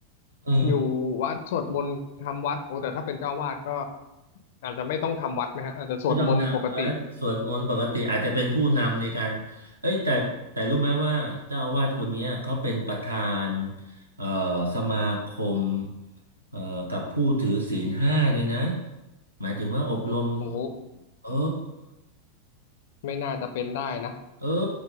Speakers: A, on the right; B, on the left.
A: เออ
B: อยู่วัดสวดมนต์ทำวัดโอ้แต่ถ้าเป็นเจ้าวาดก็อาจจะไม่ต้องทำวัดไหมฮะอาจจะสวดมนต์ปกติ
A: ไม่ต้องทำวัดสวดมนต์ปกติอาจจะเป็นผู้นำในการเอ้ยแต่แต่รู้ไหมว่าเจ้าอาวาสคนเนี้ยเขาเป็นประธานเอ่อสมาคมเอ่อกับผู้ถือศีลห้าด้วยนะหมายถึงว่าอบรม
B: โอ้
A: เออ
B: ไม่น่าจะเป็นได้นะ
A: เออ